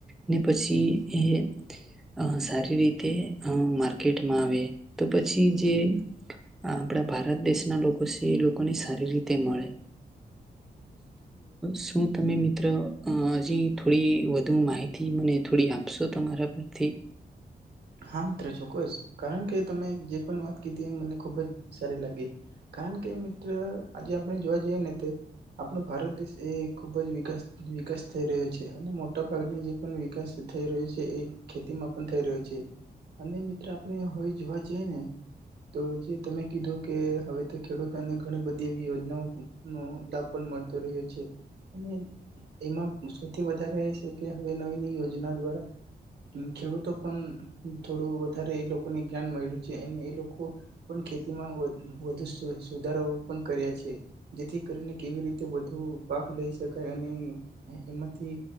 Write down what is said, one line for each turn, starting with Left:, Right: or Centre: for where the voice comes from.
Centre: ને પછી એ અ સારી રીતે માર ટમાં આવે તો પછી જે આપણા ભારત દેશના લોકો છે એ લોકોને સારી રીતે મળે. શું તમે મિત્ર હજી થોડી વધુ માહિત થી મને થોડી આપશો તમારા પરથી
Right: હા મિત્ર ચોકકસ. કારણ કે તમે જે પણ વાત કીધી એ મને ખુબ જ સારી લાગી કારણ કે મિત્ર આજે આપણે જોવા જઈએ ને તે આપણ ભારત દેશ એ ખૂબ જ વિકાસ વિકાસ થઈ રહ્યો છે અને મોટા ભાગની જે પણ વિકાસ થઈ રહ્યો છે એ ખેતીમાં પણ થઈ રહ્યો છે. અને મિત્ર આપણે હવે જોવા જઈએ ને તો જે તમે કીધું કે હવે તો ખેડૂતોને ઘણી બધી એવી યોજનાઓ નો લાભ પણ મળતો રહ્યો છે અને એમાં સૌથી વધારે એ છે કે હવે નવી નવી યોજના દ્વારા ખેડૂતો પણ થોડું વધારે એ લોકોને જ્ઞાન મળ્યું છે અને એ લોકો પણ ખેતીમાં વધુ સુધારા પણ કર્યા છે જેથી કરીને કેવી રીતે વધુ પાક લઈ શકાય અને એમાંથી